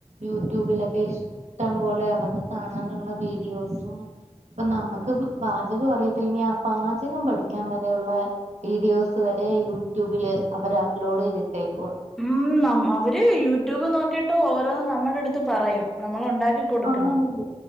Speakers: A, on the right; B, in the centre.
A: യൂട്യൂബിലൊക്കെ ഇഷ്ടം പോലെ അവർക്ക് കാണാനുള്ള വീഡിയോസും ഇപ്പൊ നമ്മുക്ക് പാചകം അറിയത്തില്ലെങ്കിൽ ആ പാചകം പഠിക്കാൻ വരെയുള്ള വീഡിയോസ് വരെ യൂട്യൂബില് അവര് അപ്ലോഡ് ചെയ്തിട്ടേക്കുക
B: ഉ അവര് യൂട്യൂബ് നോക്കിയിട്ട് ഓരോന്ന് നമ്മുടെ അടുത്ത് പറയും നമ്മൾ ഉണ്ടാക്കി കൊടുക്കണം
A: ആഹ് ആന്നില്ലേ